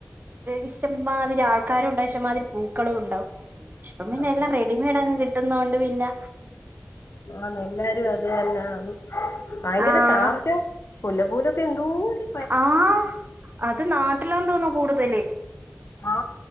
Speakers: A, on the right (about 45°); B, on the left (about 65°).
A: ഇഷ്ടംമാതിരി ആൾക്കാരുണ്ട് ഇഷ്ടമാതിരി പൂക്കളും ണ്ടാവും ശ് ഇപ്പം പിന്നെല്ലാ
B: ആഹ്
A: റെഡിമെയഡ്ങ് കിട്ടുന്നോണ്ട് പിന്നെ
B: ആ എല്ലാരു അത്തന്ന ഭയങ്കര
A: ആഹ്
B: ചാർജും മുല്ലപ്പൂനൊക്കെ എന്തോര്
A: ആ് അത് നാട്ടിലാതോന്നു കൂടുതല്
B: ആ